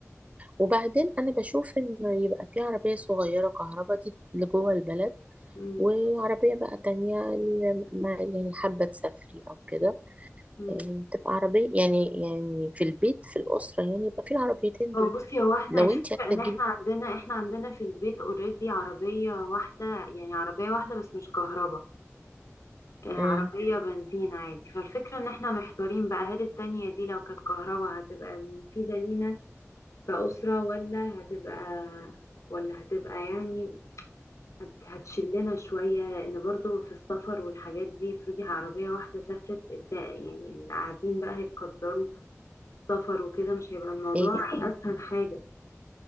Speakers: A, on the right; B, on the left.
A: وبعدين انا بشوف انه يبقى في عربية صغيرة كهرباء دي لجوه البلد
B: أمم،
A: وعربية بقى تانية اللي ما- يعني حابة تسافري او كده
B: أمم.
A: آه، تبقى عربية يعني يعني في البيت في الأسرة يعني يبقى في العربيتين دول
B: هو بصي هو احنا
A: لو
B: الفكرة
A: انت عايزة
B: ان احنا
A: تجيبي
B: عندنا احنا عندنا في البيت اوريدي عربية واحدة يعني عربية واحدة بس مش كهرباء آه، عربية
A: مم.
B: بنزين عادي فالفكرة ان احنا محتارين بقى هل التانية دي لو كانت كهرباء هتبقى مفيدة لينا كأسرة ولا هتبقى ولا هتبقى يعني هت- هتشلنا شوية لأن برضو في السفر والحاجات دي افرضي عربية واحدة سافرت الت- يعني اللي قاعدين بقى هيتقدروا في السفر وكده مش هيبقى الموضوع
A: ايه
B: <laughs> أسهل حاجة